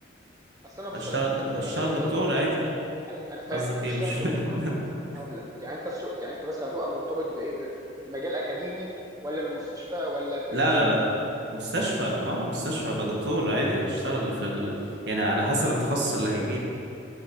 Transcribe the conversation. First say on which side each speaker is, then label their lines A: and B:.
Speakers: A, on the right; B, on the right.
A: اصل انا بص
B: اشتغل
A: انا مهتم بالمجال
B: اشتغل
A: الطبي
B: دكتور عادي
A: ايوه انا فاهم
B: قصدك
A: هتشتغل
B: ايه مش فاهم
A: دكتور
B: <laughs>
A: هقول لك يعني انت السوق يعني انت مثلا هتبقى مرتبط بايه ب- بمجال اكاديمي ولا بالمستشفى ولا بايه
B: لا
A: بالظبط
B: لا لا مستشفى اه مستشفى ابقى دكتور عادي اشتغل في ال... يعني على حسب التخصص اللي هيجيلي